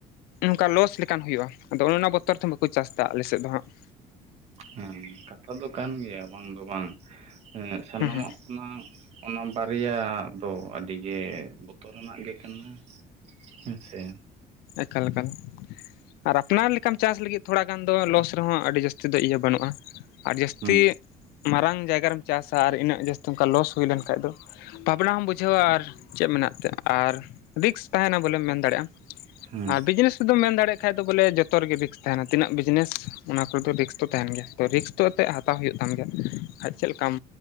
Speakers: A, on the left; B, on the right.
A: ᱚᱱᱠᱟ ᱞᱚᱥ ᱞᱮᱠᱟᱱ ᱦᱩᱭᱩᱜᱼᱟ, ᱟᱫᱚ ᱚᱱᱮ ᱚᱱᱟ ᱵᱚᱛᱚᱨ ᱛᱮ ᱵᱟᱠᱚ ᱪᱟᱥ ᱮᱫᱟ ᱟᱞᱮ ᱥᱮᱫ ᱫᱚ ᱦᱟᱸᱜ᱾
B: ᱦᱮᱸ ᱠᱟᱛᱷᱟ ᱫᱚ ᱠᱟᱱ ᱜᱮᱭᱟ ᱵᱟᱝ ᱫᱚ ᱵᱟᱝ, ᱮᱸᱻ ᱥᱟᱱᱟᱢᱟᱜ
A: ᱦᱩᱸ ᱦᱩᱸ
B: ᱚᱱᱟ, ᱚᱱᱟ ᱵᱟᱨᱭᱟ ᱫᱚ ᱟᱹᱰᱤ ᱜᱮ ᱵᱚᱛᱚᱨᱟᱱᱟᱜ ᱜᱮ ᱠᱟᱱᱟ, ᱦᱮᱸ ᱥᱮ᱾
A: ᱮᱠᱟᱞ ᱮᱠᱟᱞ, ᱟᱨ ᱟᱯᱱᱟᱨ ᱞᱮᱠᱟᱢ ᱪᱟᱥ ᱞᱟᱹᱜᱤᱫ ᱛᱷᱚᱲᱟ ᱜᱟᱱ ᱫᱚ ᱞᱚᱥ ᱨᱮᱦᱚᱸ ᱟᱹᱰᱤ ᱡᱟᱹᱥᱛᱤ ᱫᱚ ᱤᱭᱟᱹ ᱵᱟᱹᱱᱩᱜᱼᱟ᱾ ᱟᱨ ᱡᱟᱹᱥᱛᱤ,
B: ᱦᱩᱸ
A: ᱢᱟᱨᱟᱝ ᱡᱟᱭᱜᱟ ᱨᱮᱢ ᱪᱟᱥᱟ ᱟᱨ ᱤᱱᱟᱹᱜ ᱡᱟᱹᱥᱛᱤ ᱚᱱᱠᱟ ᱞᱚᱥ ᱦᱩᱭ ᱞᱮᱱᱠᱷᱟᱡ ᱫᱚ, ᱵᱷᱟᱵᱽᱱᱟ ᱦᱚᱸᱢ ᱵᱩᱡᱷᱟᱹᱣᱟ ᱟᱨ ᱪᱮᱫ ᱢᱮᱱᱟᱜ ᱛᱮ ᱟᱨ ᱨᱤᱠᱥ ᱛᱟᱦᱮᱸᱱᱟ ᱵᱚᱞᱮᱢ ᱢᱮᱱ ᱫᱟᱲᱮᱭᱟᱜᱼᱟ᱾
B: ᱦᱩᱸ
A: ᱟᱨ ᱵᱤᱡᱽᱱᱮᱥ ᱫᱚᱢ ᱢᱮᱱ ᱫᱟᱲᱮᱜ ᱠᱷᱟᱡ ᱫᱚ ᱵᱚᱞᱮ ᱡᱚᱛᱚ ᱨᱮᱜᱮ ᱨᱤᱠᱥ ᱛᱟᱦᱮᱸᱱᱟ ᱛᱤᱱᱟᱹᱜ ᱵᱤᱡᱽᱱᱮᱥ ᱚᱱᱟ ᱠᱚᱨᱮ ᱫᱚ ᱨᱤᱠᱥ ᱫᱚ ᱛᱟᱦᱮᱸᱱ ᱜᱮᱭᱟ ᱛᱚ ᱨᱤᱠᱥ ᱛᱚ ᱛᱮ ᱦᱟ ᱛᱟᱣ ᱦᱩᱭᱩᱜ ᱛᱟᱢ ᱜᱮᱭᱟ, ᱵᱟᱠᱷᱟᱡ ᱪᱮᱫ ᱞᱮᱠᱟᱢ